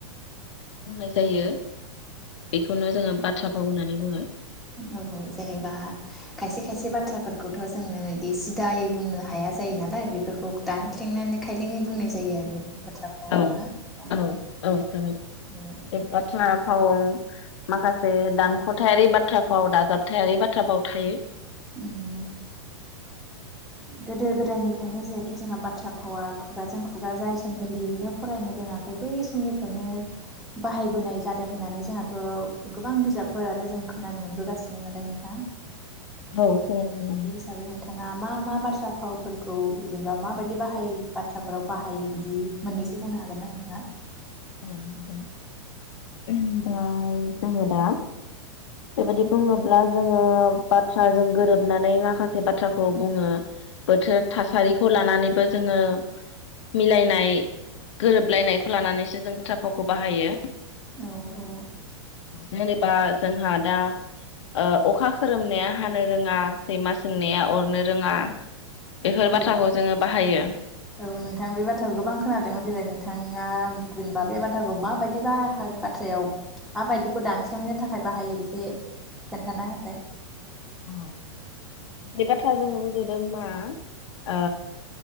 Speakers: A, on the left; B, in the centre.
A: बुंनाय जायो बेखौनो जोङो बाथ्रा भाव होननानै बुङो।
B: औ जेनेबा खायसे खायसे बाथ्राफोरखौथ' जोङो इदि सिदायै बुंनो हाया जायो नालाय बेफोरखौ दानख्लेंनानै खायलेंङै बुंनाय जायो आरो। बाथ्राखौ
A: औ
B: ना दा
A: औ औ बे
B: औ
A: बाथ्रा फाव। माखासे दानख'थायारि बाथ्राफाव दाजाबथायारि बाथ्राफाव थायो।
B: ओम। गोदो गोदायनिफ्रायनो जिहेथु जोंहा बाथ्रा फावा खुगाजों खुगा जाय समनिफ्राय लिरनो फरायनो रोङाखै बै समनिफ्रायनो बाहायबोनाय जादों होननानै जोंहाथ' गोबां बिजाबफोर आरो जों खोनानो मोनबोगासिनो नालाय नोंथां।
A: औ <unintelligible>
B: बिदि हिसाबै नोंथाङा मा मा बाथ्रा फावफोरखौ जेनेबा माबायदि बाहाय बाथ्राफोराव बाहायो बिदि मोन्नैसो बुंनो हागोनना नोंथाङा।
A: औ हागोन दा जोङो दा बेबायदि बुङोब्ला जोङो बाथ्राजों गोरोबनानै माखासे बाथ्राखौ बुङो बोथोर थासारिखौ लानानैबो जोङो मिलायनाय गोरोबलायनायखौ लानानैसो जों बाथ्रा फावखौ बाहायो।
B: औ औ।
A: जेनेबा जोंहा दा ओ अखा खोरोमनाया हानो रोङा सैमा सोंनाया अरनो रोङा। बेफोर बाथ्राखौ
B: औ
A: जोङो बाहायो
B: औ नोंथां बे बाथ्राखौ गोबां खोनादोंमोन दिनैबो नोंथाङा जेनेबा बे बाथ्राखौ माबायदि बाहा बाथ्रायाव माबायदिखौ दानस्लेंनो थाखाय बाहायो बेसे खोन्थाना होसाय।
A: औ बे बाथ्रा जों रुजुदों मा ओ